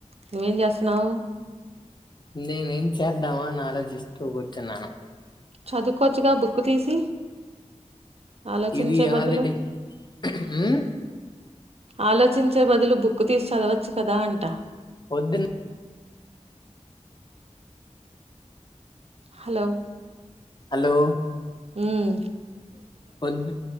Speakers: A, on the right; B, on the left.
A: నువ్వేం చేస్తున్నావ్
B: నేను ఏం చేద్దామా అని ఆలోచిస్తూ కూర్చున్నాను
A: చదువుకోవచ్చుగా బుక్ తీసి ఆలోచించే
B: ఇది
A: బదులు
B: ఆల్రెడి హమ్
A: ఆలోచించే బదులు బుక్ తీసి చదవచ్చు కదా అంట
B: వద్దున్
A: హలో
B: హలో
A: హమ్
B: పొద్